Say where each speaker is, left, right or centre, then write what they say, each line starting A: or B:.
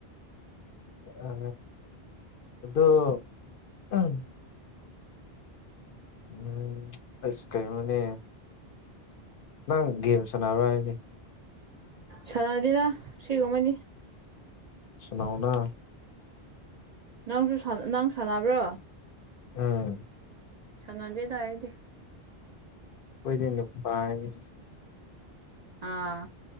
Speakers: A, on the left; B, on the right.
A: ꯑ ꯑꯗꯨ ꯎꯝ ꯎꯝ ꯑꯁ ꯀꯩꯅꯣꯅꯦ ꯅꯪ ꯒꯦꯝ ꯁꯥꯅꯕ꯭ꯔꯥ ꯍꯥꯏꯕꯅꯦ
B: ꯁꯥꯟꯗꯦꯗ ꯁꯤꯒꯨꯝꯕꯗꯤ
A: ꯁꯅꯥꯎꯅ
B: ꯅꯪꯁꯨ ꯁꯥꯅ ꯅꯪ ꯁꯥꯟꯅꯕ꯭ꯔꯣ
A: ꯎꯝ
B: ꯁꯥꯟꯗꯦꯗ ꯑꯩꯗꯤ
A: ꯑꯩꯈꯣꯏꯗꯤ ꯅꯨꯄꯥꯅꯤ
B: ꯑꯥ